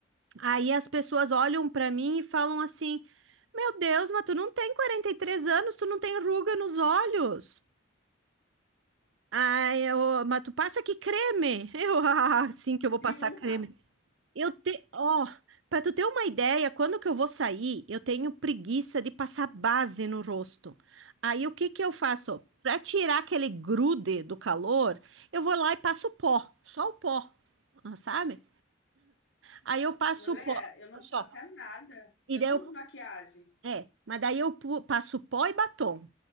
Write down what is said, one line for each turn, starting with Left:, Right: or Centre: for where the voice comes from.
Right: aí as pessoas olham pra mim e falam assim: "Meu Deus, mas tu não tem 43 anos, tu não tem ruga nos olhos". Ai, eu, mas tu passa que creme? <laughs> Eu, ah, sim que eu vou
Left: viu
Right: passar creme. Eu te, ó, pra tu ter uma ideia, quando que eu vou sair, eu tenho preguiça de passar base no rosto. Aí o que que eu faço? Pra tirar aquele grude do calor, eu vou lá e passo pó, só o pó, sabe?
Left: <laughs>
Right: Aí eu passo
Left: Mulher,
Right: o pó
Left: eu não
Right: só.
Left: passo é nada.
Right: E
Left: Eu
Right: daí
Left: não
Right: eu,
Left: uso maquiagem.
Right: é, mas daí eu pu- passo pó e batom.